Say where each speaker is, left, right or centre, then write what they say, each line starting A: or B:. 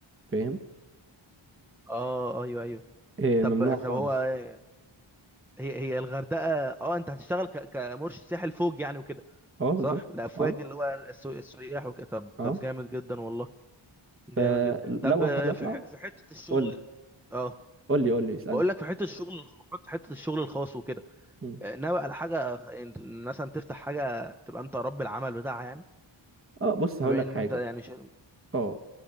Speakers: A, on the right; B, in the centre.
A: فاهم
B: اه ايوه ايوه
A: آه،
B: طب
A: ممنوع خالص
B: طب هو هي هي الغردقه اه انت هتشتغل ك- كمرشد سياحي لفوق يعني وكده
A: اه بالظبط
B: صح الافواج
A: اه
B: اللي هو السو- السياح وكده طب
A: اه
B: طب جامد جدا والله جامد
A: فلو
B: جدا طب آه،
A: حابب اطلع
B: في ح- في حته الشغل
A: قول لي
B: اه
A: قول لي قول لي اسألني
B: بقول لك في حته الشغل حط حته الشغل الخاص وكده
A: مم.
B: آه، ناوي على حاجه خ- إن- مثلا تفتح حاجه تبقى انت رب العمل بتاعها يعني
A: اه بص هقول
B: بما
A: لك
B: ان
A: حاجة
B: انت يعني شغل
A: اه